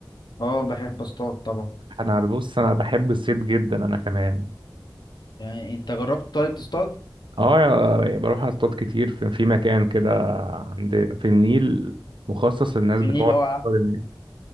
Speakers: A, on the left; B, on the right.
A: اه بحب اصطاد طبعا
B: أنا ببص أنا بحب الصيد جدا أنا كمان
A: يعني انت جربت طيب تصطاد
B: اه يا- بروح اصطاد كتير في, في مكان كده عند في النيل مخصص للناس
A: في
B: بتقعد
A: النيل اه
B: تصطاد
A: ع-
B: النيل.